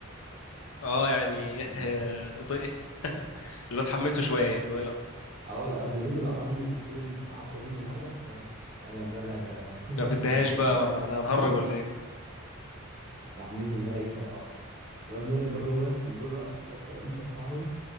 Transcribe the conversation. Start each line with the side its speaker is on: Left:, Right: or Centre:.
Left: اه يعني <laughs>
Right: <laughs> يعني
Left: <laughs> اللي هو اتحمسوا شويه
Right: آه.
Left: انه يلعب
Right: اه والله قصدي نزل قطع منه كورتين وعدى منه مره فبس قال لك بقى لا ده <laughs>
Left: ما بديهاش
Right: ده بيهزر
Left: بقى واحنا
Right: فاهم
Left: احنا هنهرج
Right: <laughs>
Left: ولا ايه
Right: راح نزل بقى ايه طرقعه الواد مازن برضه وهو واقف في الجول رقص الواد الرئيسه بتاعهم